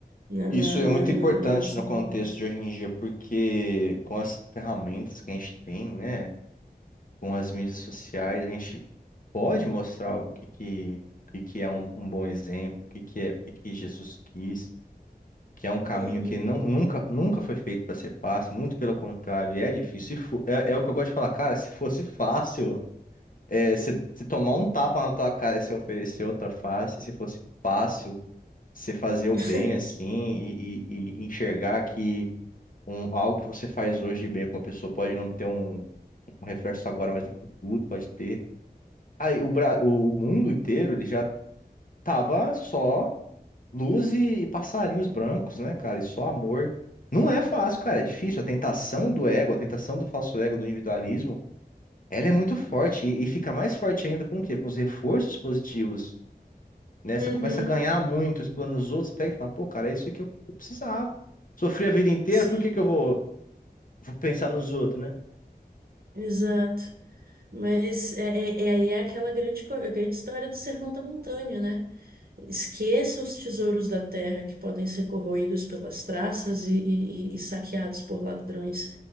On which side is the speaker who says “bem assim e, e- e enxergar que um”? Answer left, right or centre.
Left